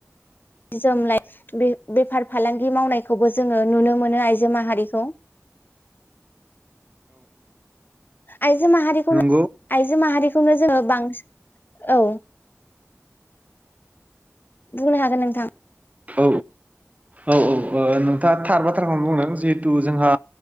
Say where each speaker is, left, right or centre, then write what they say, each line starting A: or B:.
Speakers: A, on the left (about 40°); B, on the right (about 25°).
A: जोम लाइ बे बेफार फालांगि मावनायखौबो जोङो नुनो मोनो आइजो माहारिखौ। आइजो माहारिखौनो
B: नों
A: आइजो माहारि खौनो जोङो बांसिन औ बुंनो हागोन नोंथां
B: औ औ औ औ नोंथाङा थार बाथ्राखौनो बुंदों जिहेथु जोंहा